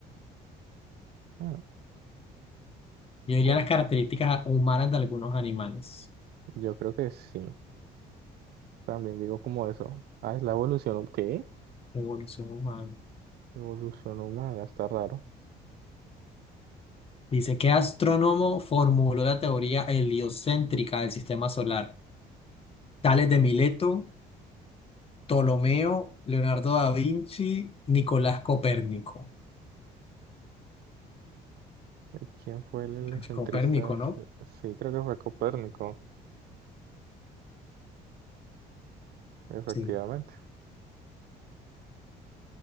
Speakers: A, on the right; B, on the left.
A: Mm,
B: Yo diría
A: o-
B: las características humanas de algunos animales.
A: Yo creo que sí. También digo como eso. Ah, es la evolución. hum- ¿Qué?
B: Evolución humana.
A: Evolución humana, está raro.
B: Dice, ¿qué astrónomo formuló la teoría heliocéntrica del sistema solar? Tales de Mileto, Ptolomeo, Leonardo da Vinci, Nicolás Copérnico.
A: ¿Y ¿Quién fue el heliocentrista?
B: Ay, Copérnico,
A: del
B: ¿no?
A: c- Sí, creo que fue Copérnico, efectivamente.
B: Sí.